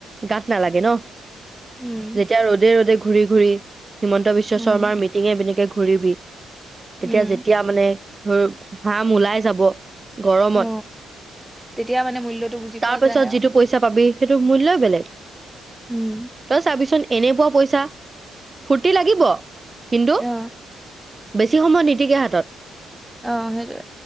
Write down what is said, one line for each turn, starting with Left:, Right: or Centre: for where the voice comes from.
Right: গাত নালাগে ন
Centre: উম
Right: এতিয়া ৰ'দে ৰ'দে ঘূৰি ঘূৰি হিমন্ত বিশ্ব
Centre: উম
Right: শৰ্মাৰ মিটিঙে মিটিঙে ঘূৰিবি তেতিয়া
Centre: উম
Right: যেতিয়া মানে ধৰ ঘাম ওলাই যাব গৰমত
Centre: অ তেতিয়া মানে মূল্যটো বুজি
Right: তাৰপিছত
Centre: পোৱা যায় আৰু
Right: যিটো পইচা পাবি সেইটো মূল্যয়ই বেলেগ
Centre: উম
Right: তই চাবিচোন এনে পোৱা পইচা ফূৰ্তি লাগিব কিন্তু
Centre: অ
Right: বেছি সময় নিটিকে হাতত
Centre: অ সেইটোয়ে।